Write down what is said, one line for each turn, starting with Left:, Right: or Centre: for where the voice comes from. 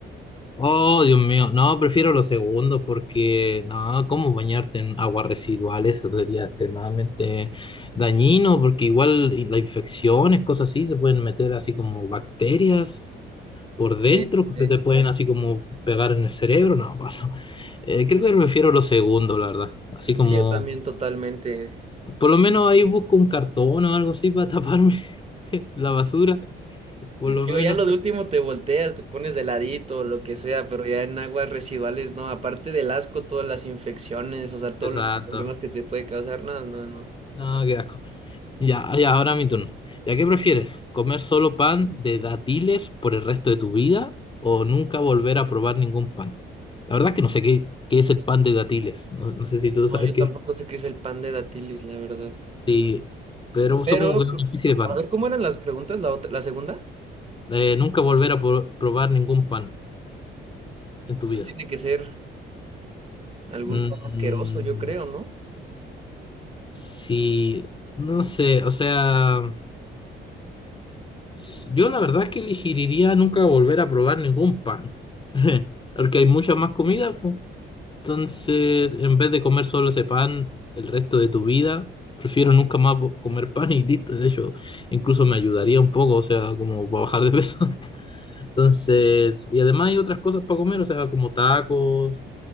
Left: Oh, Dios mío. No, prefiero los segundos porque, no, ¿cómo bañarte en aguas residuales? Eso sería extremadamente dañino porque igual y las infecciones, cosas así, se pueden meter así como bacterias por dentro,
Right: Sí,
Left: que
Right: sí.
Left: se te pueden así como pegar en el cerebro. No, paso. Eh, creo que prefiero los segundos la verdad. Así como,
Right: Sí, yo también totalmente.
Left: por lo menos ahí busco un cartón o algo así para taparme <laughs> la basura, por lo
Right: Digo,
Left: menos.
Right: ya lo de último te volteas, te pones de ladito, o lo que sea, pero ya en aguas residuales, no, aparte del asco, todas las infecciones, o sea, todos
Left: Exacto.
Right: los problemas que te puede causar, no, no, no.
Left: No, qué asco. Ya, ya, ahora mi turno. ¿Ya qué prefieres? ¿Comer solo pan de dátiles por el resto de tu vida o nunca volver a probar ningún pan? La verdad es que no sé qué, qué es el pan de dátiles. No, no sé si tú sabes
Right: No, yo
Left: qué.
Right: tampoco sé qué es el pan de dátiles, la verdad.
Left: Sí, pero
Right: Pero,
Left: supongo que es una especie de pan.
Right: a ver, ¿cómo eran las preguntas, la otra, la segunda?
Left: Eh, nunca volver a pro- probar ningún pan en tu
Right: Entonces
Left: vida.
Right: tiene que ser algún
Left: Mm,
Right: pan asqueroso, yo creo, ¿no?
Left: sí, no sé, o sea, s- yo la verdad es que elegiría nunca volver a probar ningún pan. <laughs> Porque hay mucha más comida, Entonces, en vez de comer solo ese pan el resto de tu vida, prefiero nunca más vo- comer pan y listo. De hecho, incluso me ayudaría un poco, o sea, como para bajar de peso. <laughs> Entonces, y además hay otras cosas para comer, o sea, como tacos,